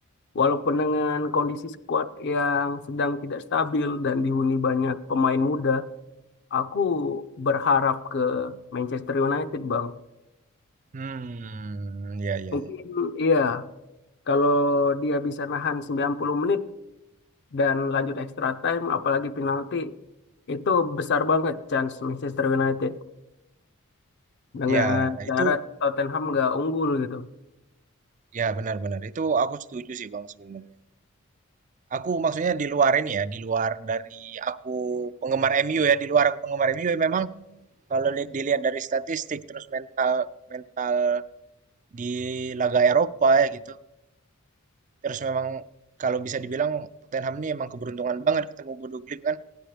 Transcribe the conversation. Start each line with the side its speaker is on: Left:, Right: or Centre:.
Left: Walaupun dengan kondisi skuad yang sedang tidak stabil dan dihuni banyak pemain muda, aku berharap ke Manchester United, Bang.
Right: Hmm, ya, ya,
Left: Mungkin
Right: ya.
Left: iya, kalau dia bisa nahan 90 menit dan lanjut extra time, apalagi penalti, itu besar banget chance Manchester United dengan
Right: Ya,
Left: syarat
Right: itu,
Left: Tottenham nggak unggul gitu.
Right: ya benar-benar. Itu aku setuju sih Bang sebenarnya. Aku maksudnya di luar ini ya, di luar dari aku penggemar MU ya, di luar aku penggemar MU ya, memang kalau li- dilihat dari statistik terus mental mental di laga Eropa ya gitu. Terus memang kalau bisa dibilang Tottenham ini emang keberuntungan banget ketemu Bodo Glimt kan.